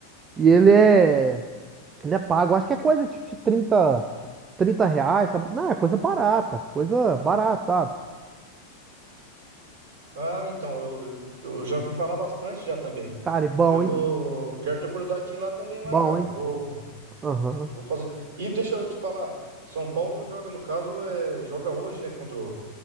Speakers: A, on the right; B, on the right.
A: e ele é ele é pago. Acho que é coisa tipo de trinta trinta reais, sabe? Não, é coisa barata, coisa barata, sabe?
B: Ah, então, eu, eu, eu já ouvi falar bastante já também.
A: Cara, e bom,
B: Eu vou.
A: hein?
B: Quero ter oportunidade de ir lá também, lá,
A: Bom,
B: cara.
A: hein?
B: Vou,
A: Aham.
B: vou fazer. E deixa eu te falar, São Paulo joga, no caso, é, joga hoje, né? Contra o